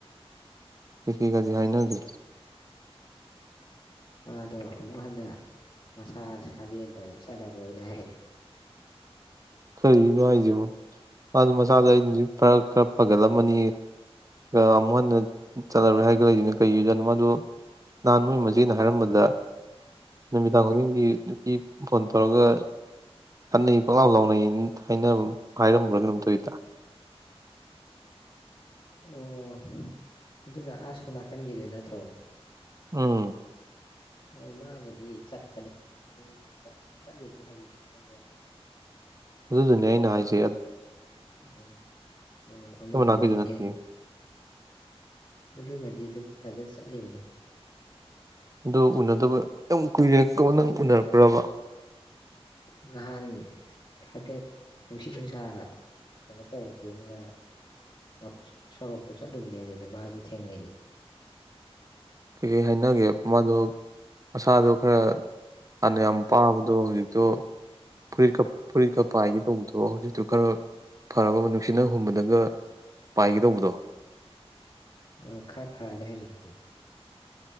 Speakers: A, on the right; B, on the left.
A: ꯀꯔꯤ ꯀꯔꯤ ꯍꯥꯏꯅꯒꯦ
B: ꯃꯥꯗꯣ ꯑꯃꯨꯛ ꯍꯟꯅ ꯃꯁꯥ ꯁꯥꯖꯦꯜ ꯇꯧꯕ ꯆꯠꯂꯔꯣꯏꯅ ꯍꯥꯏꯔꯛꯑꯦ
A: ꯀꯔꯤꯒꯤꯅꯣ ꯍꯥꯏꯖꯤꯕꯣ ꯃꯥꯗꯣ ꯃꯁꯥꯗꯣ ꯑꯩꯅꯗꯤ ꯐꯔ ꯈꯔ ꯐꯒꯠꯂꯝꯃꯅꯤ ꯑꯑ ꯑꯃꯨꯛ ꯍꯟꯅ ꯆꯠꯂꯔꯣꯏ ꯍꯥꯏꯒꯠꯂꯛꯏꯁꯤꯅ ꯀꯩꯒꯤ ꯑꯣꯏꯖꯥꯠꯅꯣ ꯃꯥꯗꯣ ꯅꯍꯥꯟ ꯃꯣꯏꯒꯤ ꯃꯆꯦꯅ ꯍꯥꯏꯔꯝꯕꯗ ꯅꯨꯃꯤꯗꯥꯡ ꯈꯨꯗꯤꯡꯒꯤ ꯅꯨ ꯒꯤ ꯐꯣꯟ ꯇꯧꯔꯒ ꯈꯠꯅꯩ ꯄꯪꯂꯥꯎ ꯂꯥꯎꯅ ꯅꯩ ꯍꯥꯏꯅꯕ ꯍꯥꯏꯔꯝꯕ꯭ꯔ ꯀꯩꯅꯣꯝ ꯇꯧꯏꯗ
B: ꯑꯣ- ꯑꯗꯨꯅ ꯑꯑ ꯁꯣꯝ ꯅꯥꯀꯟꯒꯤꯗꯣ ꯅꯠꯇ꯭ꯔꯣ
A: ꯑꯝ
B: ꯑꯣ ꯃꯥꯕꯨꯗꯤ ꯆꯠꯄꯅꯦ ꯑꯗꯨꯝ ꯆꯠ ꯆꯠꯂꯤꯕꯅꯤ ꯍꯧꯖꯤꯛꯁꯨ ꯈꯪꯕ꯭ꯔꯥ
A: ꯑꯗꯨꯗꯨꯅꯦ ꯑꯩꯅ ꯍꯥꯏꯖꯦ
B: ꯑꯣ ꯑꯣ
A: ꯑꯩꯈꯣꯏ
B: ꯑꯃꯗꯣ
A: ꯃꯅꯥꯛꯀꯤꯗꯨ
B: ꯑꯣꯏꯕ꯭ꯔꯥ
A: ꯅꯠꯇꯤꯌꯦ
B: ꯌꯦꯡꯉꯨ ꯑꯗꯨꯃꯗꯤ ꯑꯗꯨꯝ ꯐꯖ ꯆꯠꯂꯤꯕꯅꯤ
A: ꯑꯗꯣ ꯎꯅꯗꯕ ꯌꯥꯝ ꯀꯨꯏꯔꯦ ꯀꯝꯀꯥꯟ ꯅꯪ ꯎꯅꯔꯛꯄ꯭ꯔꯥꯕ
B: ꯉꯍꯥꯟ ꯍꯥꯏꯐꯦꯠ ꯅꯨꯡꯁꯤꯠ ꯅꯨꯡꯁꯥ ꯀꯩꯅꯣꯇꯧꯒꯦꯅ ꯑ ꯁꯣꯔꯣꯛꯇ ꯆꯠꯂꯨꯕꯅꯦ ꯑꯗꯨꯗ ꯃꯥꯖꯨ ꯊꯦꯡꯅꯩꯌꯦ
A: ꯀꯩ ꯀꯩ ꯍꯥꯏꯅꯒꯦ ꯃꯥꯗꯣ ꯁꯥꯗꯣ ꯈꯔ ꯍꯥꯟꯅ ꯌꯥꯝ ꯄꯥꯕꯗꯣ ꯍꯧꯖꯤꯛꯇꯣ ꯐꯨꯔꯤꯠꯀ ꯐꯨꯔꯤꯠꯀ ꯄꯥꯏꯒꯦ ꯇꯧꯕꯗꯣ ꯍꯧꯖꯤꯛꯇꯨ ꯈꯔ ꯐꯔꯕ ꯅꯨꯡꯁꯤꯠꯅ ꯍꯨꯝꯕꯗꯒ ꯄꯥꯏꯒꯦꯗꯧꯕꯗꯣ
B: ꯑꯣ ꯈꯔ ꯐꯔꯦ ꯍꯧꯖꯤꯛꯇꯤ